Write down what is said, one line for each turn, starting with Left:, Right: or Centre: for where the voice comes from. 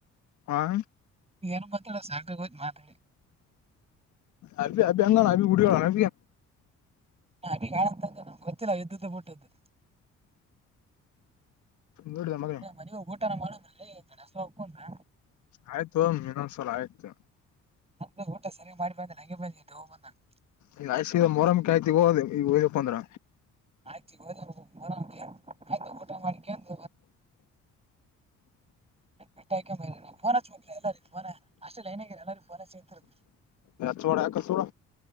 Left: ಹ
Right: ಏನ್ ಮಾತಾಡದು ಸಾ ಗಕ ಗಜ ಮಾದ
Left: ಅ ಅಭಿ ಅಂಗಣ ಅ ಗುಡಿಗಳ ಅ
Right: ಹ ಅ ಕಾಂತ ನಮ್ಗೆ ಗೊತ್ತಿಲ್ಲ ವ್ದ್ದ ಬಿಟ್ಟದ್ದು
Left: ನೋಡಿದ ಮಗನ
Right: ಮನಗ ಊಟನ ಮಾಡಂದ್ರ ಗಡಸ ಹಕು ಅಂದ್ರ
Left: ಆಯ್ತು ಇನ್ನೊಂದ್ಸಲ ಆಯ್ತು
Right: ಅಂದ ಊಟ ಸರಿ ಮಾಡಿ ಬಂದ ನಂಗಗೆ ಬಂದ ಹೋಗ ಬಂದಾನು
Left: ಇಲ್ಲ ಆ ಮೊರಮಿಕ ಆಯ್ತಿ ಹೋದ ಈಗ ೋ್ಪ್ಪ ಅಂದ್ರ
Right: ಆಯ್ತಗರ ಆಯ್ತು ಊಟ ಮಾಡ <inaudible> ಕಟ್ಟ ಆ್ಕೊಂಡ ಬ ಫೋನ ಚ ಹೋ ಎಲ್ಲರಿ ಫೋನ ಅಷ್ಟೇ ಲೈನಗ ಎಲ್ಲಾರಿ ಫೋನೇಂತಿರ್
Left: ಚವಾಡ ಕಚವಾಡ